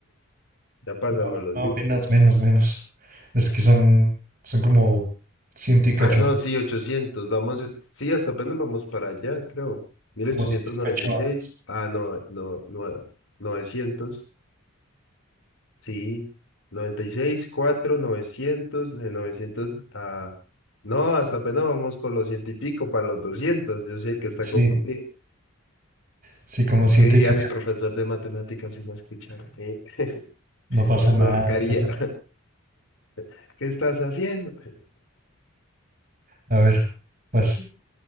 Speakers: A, on the left; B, on the right.
A: ya pasamos
B: No,
A: los
B: no,
A: mil.
B: menos, menos, menos. Es que son, son como ciento y cacho,
A: Ah, no, sí, 800 vamos, eh, sí, hasta apenas vamos para allá, creo. mil
B: como
A: ochocientos
B: ciento y
A: noventa
B: cacho
A: y
B: años.
A: seis ah, no, no, no, novecientos sí, 96 4 900 de 900 a... No, hasta apenas vamos por los ciento y pico, para los 200 yo soy el que está
B: Sí,
A: confundido.
B: sí, como ciento
A: ¿Qué diría
B: y cacho.
A: mi profesor de matemáticas si me escuchara? Eh,
B: No
A: <laughs>
B: pasa nada,
A: Me ahorcaría.
B: no pasa nada.
A: <laughs> ¿Qué estás haciendo?
B: A ver, vas.